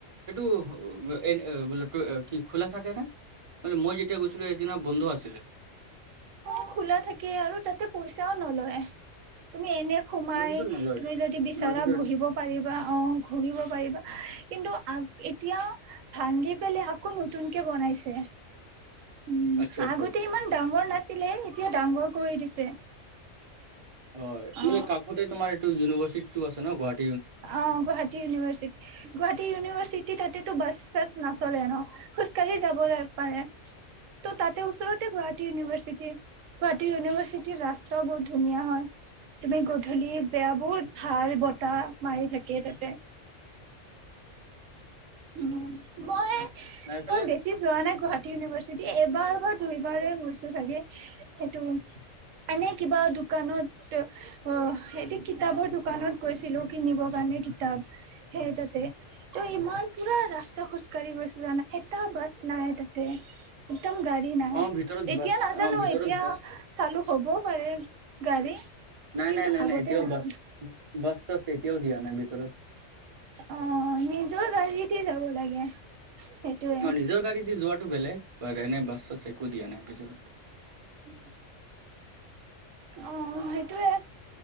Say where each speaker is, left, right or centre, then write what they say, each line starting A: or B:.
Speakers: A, on the right; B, on the right.
A: সেইটো <unintelligible> কি খোলা থাকে নে? মানে মই যেতিয়া গৈছিলো সেইদিনা বন্ধ আছিলে।
B: অঁ', খোলা থাকে আৰু তাতে পইচাও নলয়। তুমি এনে সোমাই
A: মই এইটোতো নলওঁ এইটো
B: তুমি যদি বিচাৰা
A: মইটোতো
B: বহিব পাৰিবা। অঁ', ঘূৰিব পাৰিবা। কিন্তু আঁ এতিয়া ভাঙি পেলাই, আকৌ নতুনকে বনাইছে। উম',
A: আচ্ছা আচ্ছা
B: আগতে
A: আচ্ছা
B: ইমান ডাঙৰ না এতিয়া ডাঙৰ কৰি দিছে।
A: হয়।
B: অ
A: মানে কাষতে তোমাৰ ইটো ইউনিভাৰ্চিটি টো আছে ন গুৱা
B: অ', গুৱাহাটী ইউনিভাৰ্চিটি। গুৱাহাটী ইউনিভাৰ্চিটিৰ তাতে তো বাছ তাছ নচলে ন খোজ কাঢ়ি যাব ল পাৰে। ত' তাতে ওচৰতে গুৱাহাটী ইউনিভাৰ্চিটি। গুৱাহাটী ইউনিভাৰ্চিটিৰ ৰাস্তাও বহুত ধুনীয়া হয়। তুমি গধূলি বেয়া বহুত ভাল বতাহ মাৰি থাকে তাতে। হুম মই
A: নাই এইফালে
B: মই বেছি যোৱা নাই গুৱাহাটী ইউনিভাৰ যদি এবাৰ এবাৰ দুইবাৰে গৈছো চাগে সেইটো এনে কিবা দোকানত অ সেইটি কিতাপৰ দোকানত গৈছিলো কিনিব কাৰণে কিতাপ সেই তাতে। ত ইমান পুৰা ৰাস্তা খোজ কঢ়ি গৈছিলো জানা এটা বাছ নাই তাতে। একদম গাড়ী নাই।
A: অ ভিতৰত
B: এতিয়া
A: বাছ
B: নাজানো
A: অ ভিতৰত
B: এতিয়া
A: বাছ
B: চালু হ'বও পাৰে গাড়ী
A: নাই
B: কিন্তু
A: নাই নাই
B: আগতে
A: নাই এতিয়াও
B: নাছিল
A: বাছ বাছ তাছ এতিয়াও দিয়া নাই। ভিতৰত
B: অ নিজৰ গাড়ী উঠি যাব লাগে। সেইটোয়ে
A: অ নিজৰ গাড়ী দি যোৱা তো বেলেগ বাট এনে বাছ তাছ একো দিয়া নাই ভিতৰত
B: উ' অ সেইটোৱে